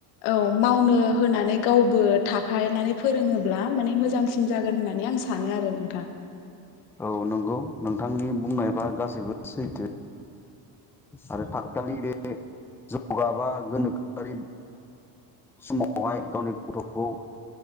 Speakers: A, on the left; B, in the centre.
A: औ मावनो होनानै। गावबो थाफानानै फोरोङोब्ला माने मोजांसिन जागोन होननानै आं सानो आरो नोंथां।
B: औ नंगौ नोंथांनि बुंनायबा गासैबो सैथो। आरो दाखालि बे जौगा बा गोनोखोआरि समावहाय गावनि गथ'खौ